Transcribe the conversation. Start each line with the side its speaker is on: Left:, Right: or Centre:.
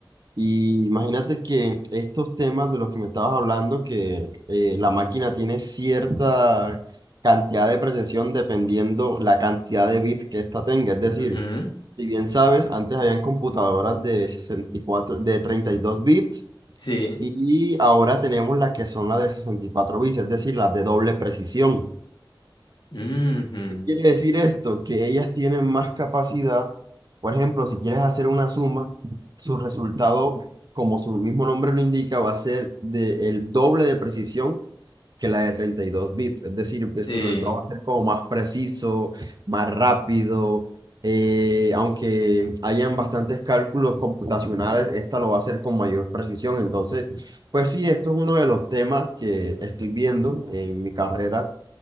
Right: y imagínate que estos temas de los que me estabas hablando, que eh, la máquina tiene cierta cantidad de precisión dependiendo la cantidad de bits que ésta tenga. Es decir,
Left: Ujú,
Right: si bien sabes, antes habían computadoras de 64, de 32 bits
Left: Sí.
Right: y ahora tenemos las que son las de 64 bits, es decir, las de doble precisión.
Left: ujú,
Right: Quiere decir esto, que ellas tienen más capacidad. Por ejemplo, si quieres hacer una suma, su resultado, como su mismo nombre lo indica, va a ser de el doble de precisión que la de 32 bits. Es decir, pues,
Left: Sí.
Right: su resultado va a ser como más preciso, más rápido. eh, aunque hayan bastantes cálculos computacionales, esta lo va a hacer con mayor precisión. Entonces, pues sí, esto es uno de los temas que estoy viendo en mi carrera